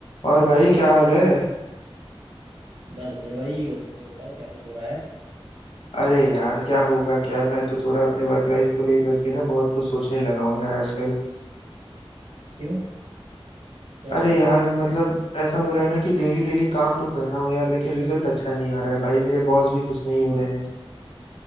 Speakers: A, on the left; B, on the right.
A: और भाई क्या हाल है
B: बस बढ़िया भाई और बताओ क्या कुछ हो रहा है
A: अरे यार क्या होगा क्या मैं तो थोड़ा अपने वर्क लाइफ को लेकर के ना बहुत कुछ सोचने लगा हूँ यार आजकल
B: क्यों क्या हुआ
A: अरे यार मतलब ऐसा हो रहा है ना कि डेली डेली काम तो कर रहा हूँ यार लेकिन रिजल्ट अच्छा नहीं आ रहा है भाई मेरे बॉस भी खुश नहीं हो रहे हैं